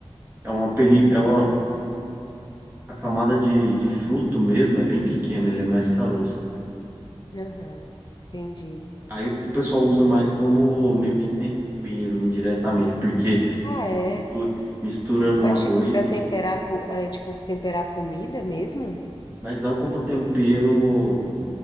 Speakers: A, on the right; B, on the left.
A: é uma, peli, é uma, a camada de, de fruto mesmo é bem pequena, ele é mais caroço.
B: Aham, entendi.
A: Aí o pessoal usa mais como meio que tempero indiretamente, porque
B: Ah, é.
A: mistu- mistura no
B: Mas
A: arroz,
B: tipo, para temperar, co- é, tipo, temperar comida mesmo?
A: mas não como tempero